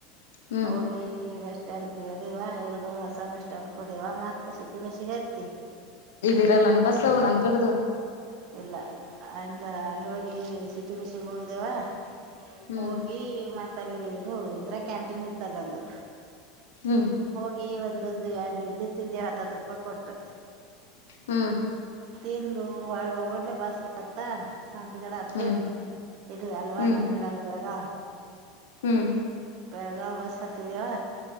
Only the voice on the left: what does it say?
ಹ್ಮ್
ಇರಲ್ಲನ್ ಬಸ್ಸ ಅವವು ನಂದ ಕಡ್ದದು
ಹ್ಮ್
ಹ್ಮ್
ಹ್ಮ
ಹ್ಮ್
ಹ್ಮ್
ಹ್ಮ್